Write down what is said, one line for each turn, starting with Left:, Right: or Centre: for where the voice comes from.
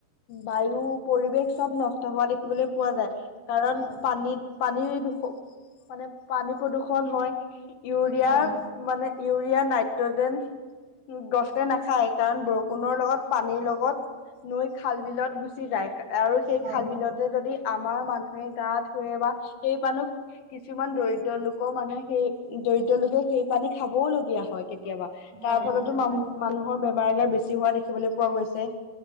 Left: বায়ু পৰিৱেশ চব নষ্ট হোৱা দেখিবলৈ দেখিবলৈ পোৱা যায় কাৰণ
Right: হয়
Left: পানীত পানী দু মানে পানী প্ৰদূৰ্ষণ হয় ইউৰিয়াৰ
Right: হয়
Left: মানে ইউৰিয়া নাইট্ৰজেন গছে নাখায় কাৰণ ব ষুণৰ লগত পানীৰ লগত নৈ খাল বিলত গুচি যায় আৰু সেই
Right: হয়
Left: খাল বিলত যদি আমাৰ মানুহে গা ধুৱে বা সেই মানুহ কিছুমান দৰিদ্ৰ লোকক মানে সেই দৰিদ্ৰ লোকে সেই পানী খাবও লগীয়া হয়। কেতিয়াবা তাৰ
Right: হয়
Left: ফলতো
Right: হয় আৰু
Left: মানুহৰ বেমাৰ আজাৰ বেছি হোৱা দেখিবলৈ পোৱা গৈছে।